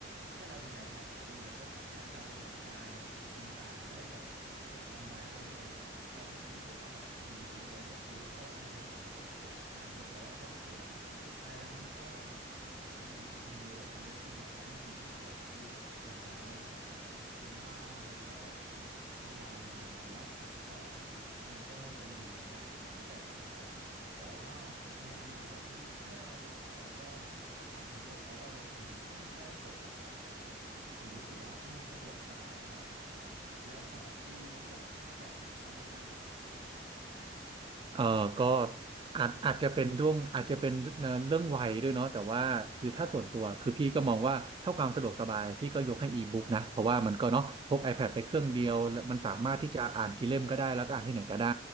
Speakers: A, on the right; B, on the right.
A: แค่เรามี iPad อะพี่เราก็สามารถดาวน์โหลดไฟล์หนังสือต่างๆได้แบบจากออนไลน์ได้เลย เราไม่จำเป็นที่จะต้องแบบซื้อแล้วก็ซื้อพอเราอ่านจบเราก็ไปเก็บอ่านจบแล้วเราก็ไปเก็บสุดท้ายแล้วมันก็มันมันเยอะเยอะจนแบบว่าไม่มีที่เก็บอะพี่หลังจากนั้นเราก็ต้องอาจจะทิ้งบ้างหรือว่าแบบทำลายมันหรือว่าขายต่ออะไรเงี้ยมันก็จะมีวิธีการจัดการที่แตกต่างกันแต่ว่าในอีบุ๊กอะพี่แค่ดาวน์โหลดแล้วเราก็ <laughs> อ่านจนจบแล้วเราลบทิ้งแค่นี้ก็จบแล้วครับผมแบบผมรู้สึกว่ามันสะดวกสบายมากกว่าครับ แล้วสำหรับพี่พี่แบบชอบแบบไหนมากกว่ากันเหรอครับ
B: เออก็อาจอาจจะเป็นด้วงอาจจะเป็นเอ่อเรื่องวัยด้วยเนาะแต่ว่าคือถ้าส่วนตัวคือพี่ก็มองว่าเท่าความสะดวกสบายพี่ก็ยกให้อีบุ๊กนะเพราะว่ามันก็เนาะพก
A: ใช่
B: iPad ไปเครื่องเดียวแล้วมันสามารถที่จะอ่านกี่เล่มก็ได้แล้วก็อ่านที่ไหนก็ได้